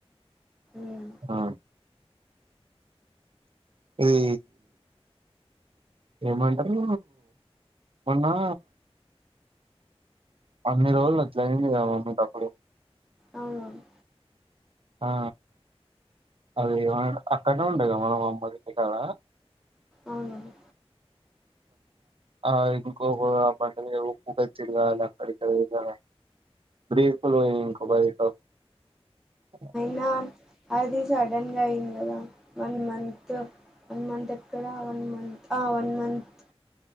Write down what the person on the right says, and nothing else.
ఆ ఇది ఏమంటారు మొన్నా అన్ని రోజులు అట్ల అయిందిగా మమ్మీ కప్పుడు
ఆ అది ఏ అక్కడనే ఉండే కదా మనం అమ్మోల్ల ఇంటికాడ
ఆ ఇంకోక బండి మీద ఊపుకుంట అచ్చింర్రు కదా ఆల్లు అక్కడిక్కడ బ్రేకులు పోయినయి అనుకో <unintelligible>